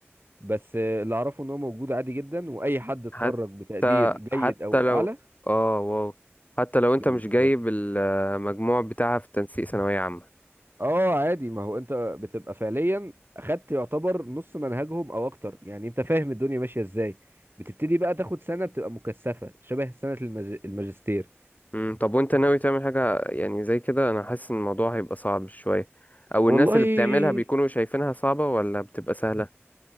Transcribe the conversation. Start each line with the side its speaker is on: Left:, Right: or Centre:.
Right: بس آه، اللي اعرفه ان هو موجود عادي جدا واي حد اتخرج
Left: حتى
Right: بتقدير جيد
Left: حتى
Right: او
Left: لو
Right: اعلى
Left: اه واو حتى لو انت
Right: اه
Left: مش جايب المجموع بتاعها في تنسيق ثانوية عامة
Right: اه عادي ما هو انت بتبقى فعليا اخدت يعتبر نص منهجهم او اكتر يعني انت فاهم الدنيا ماشيه ازاي بتبتدي بقى تاخد سنه بتبقى مكثفه شبه سنه المج... الماجستير
Left: امم طب وانت ناوي تعمل حاجة يعني زي كده انا حاسس ان الموضوع هيبقى صعب شوية او
Right: والله
Left: الناس اللي بتعملها بيكونوا شايفينها صعبة ولا بتبقى سهلة